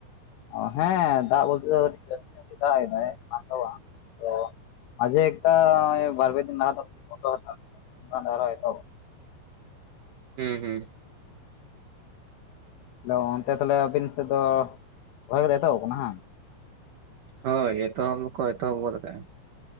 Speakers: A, on the left; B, on the right.
A: ᱚ ᱦᱮᱸ ᱫᱟᱜ ᱵᱚᱞᱛᱮ ᱫᱚ ᱡᱟᱹᱴᱤᱡ ᱡᱳᱨ ᱧᱚᱜ ᱜᱤ ᱫᱟᱜ ᱮᱫᱟᱭ ᱵᱟᱝ ᱫᱚ ᱵᱟᱝ, ᱛᱚ ᱢᱟᱡᱮ ᱮᱠᱴᱟ ᱵᱟᱨ ᱯᱮ ᱫᱤᱱ ᱞᱟᱦᱟ ᱫᱚ <unintelligible>
B: ᱦᱩᱸ ᱦᱩᱸ
A: ᱫᱚ ᱚᱱᱛᱮ ᱛᱟᱞᱦᱮ ᱟᱵᱤᱱ ᱥᱮᱫ ᱫᱚ ᱨᱚᱦᱚᱭ ᱠᱚᱫᱚ ᱮᱛᱚᱦᱚᱵ ᱟᱠᱟᱱᱟ ᱦᱟᱝ ᱾
B: ᱦᱳᱭ ᱮᱛᱚᱦᱚᱵ ᱫᱚ ᱠᱚ ᱮᱛᱚᱦᱚᱵ ᱜᱚᱫ ᱟᱠᱟ-ᱟ ᱾